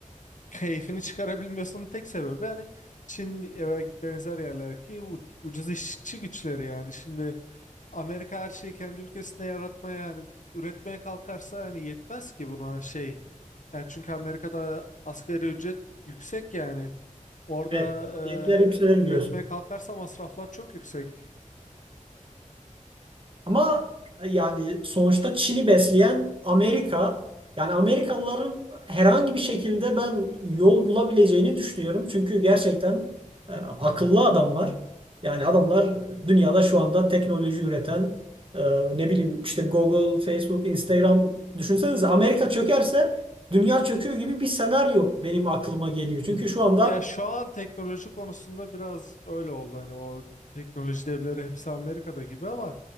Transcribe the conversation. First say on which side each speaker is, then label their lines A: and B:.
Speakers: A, on the left; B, on the right.
A: keyfini çıkarabilmiyorsun tek sebebi hani Çin ve benzer yerlerdeki u- ucuz işçi güçleri yani. Şimdi Amerika her şeyi kendi ülkesinde yaratmaya hani üretmeye kalkarsa hani yetmez ki buna şey. Yani çünkü Amerika'da asgari ücret yüksek yani. Orada
B: Evet. maliyetler
A: e,
B: yükselir
A: üretmeye
B: diyorsun.
A: kalkarsa masraflar çok yüksek.
B: Ama e, yani sonuçta Çin'i besleyen Amerika. Yani Amerikalıların herhangi bir şekilde ben yol bulabileceğini düşünüyorum. Çünkü gerçekten e, akıllı adamlar. Yani adamlar dünyada şu anda teknoloji üreten e, ne bileyim işte Google, Facebook, Instagram düşünsenize Amerika çökerse dünya çöküyor gibi bir senaryo benim aklıma geliyor. Çünkü şu anda
A: Ya şu an teknoloji konusunda biraz öyle oldu hani o teknoloji devleri hepsi Amerika'da gibi ama